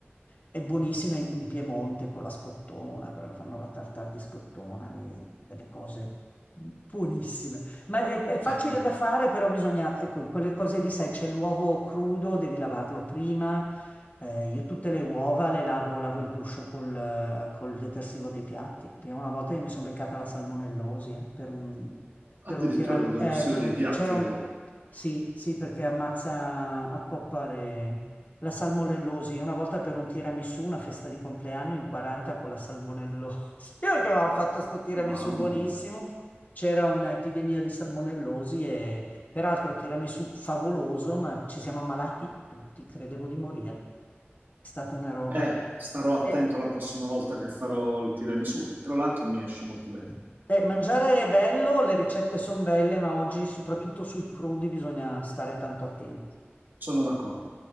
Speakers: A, on the left; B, on the right.
A: è buonissima in in Piemonte con la scottona, quello che fanno la tartar di scottona, lì, delle cose buonissime. Ma è, è facile
B: <laughs>
A: da fare, però bisogna, ecco, quelle cose lì, sai, c'è l'uovo crudo, devi lavarlo prima. Eh, io tutte le uova le lavo, lavo il guscio col, eh, col detersivo dei piatti. Prima una volta io mi sono beccata la salmonellosi, eh, per un,
B: Addirittura
A: per un tiram-
B: con l'esaustivo
A: eh, per
B: dei
A: un
B: piatti
A: ti- c'era
B: le
A: un...
B: uova.
A: Sì, sì, perché ammazza a coppa le... la salmonellosi. Una volta per un tiramisù, una festa di compleanno in 40 con la salmonellosi. Io che avevamo fatto sto tiramisù
B: Mamma
A: buonissimo,
B: mia.
A: c'era un'epidemia di salmonellosi e peraltro tiramisù favoloso, ma ci siamo ammalati tutti, credevo di morire. È stata una roba.
B: Eh, starò
A: E-
B: attento la prossima volta che farò il tiramisù, che tra l'altro mi esce molto bene.
A: e mangiare è bello, le ricette sono belle, ma oggi soprattutto sui crudi bisogna stare tanto attenti.
B: Sono d'accordo.